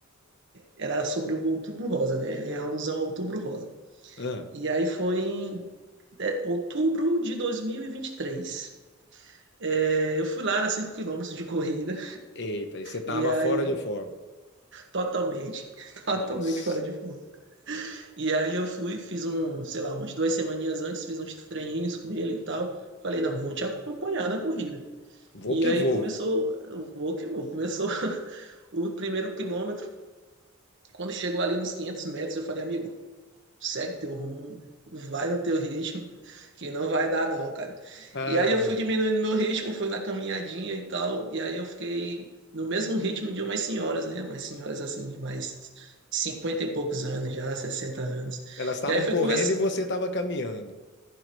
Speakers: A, on the right; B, on the left.
A: era sobre o Outubro Rosa, né? Era alusão ao Outubro Rosa.
B: ah.
A: E aí foi em é, outubro de 2023. É, eu fui lá, era cinco quilômetros de corrida,
B: Eita, e você tava
A: e aí
B: fora de forma.
A: totalmente, <laughs> totalmente
B: Nossa,
A: fora de forma. E aí eu fui, fiz um, sei lá, umas duas semaninhas antes, fiz uns treininhos com ele e tal. Falei, não, vou te acompanhar na corrida.
B: vou
A: E
B: que
A: aí
B: vou.
A: começou, vou que vou, começou <laughs> o primeiro quilômetro. Quando chegou ali nos 500 metros, eu falei, amigo, segue teu rumo, vai no teu ritmo, que não vai dar não, cara.
B: Ai,
A: E aí eu fui diminuindo meu ritmo, fui na caminhadinha e tal, e aí eu fiquei no mesmo ritmo de umas senhoras, né? Umas senhoras assim, de mais 50 e poucos anos já, 60 anos.
B: elas estavam
A: E aí foi
B: correndo
A: conversa,
B: e você estava caminhando.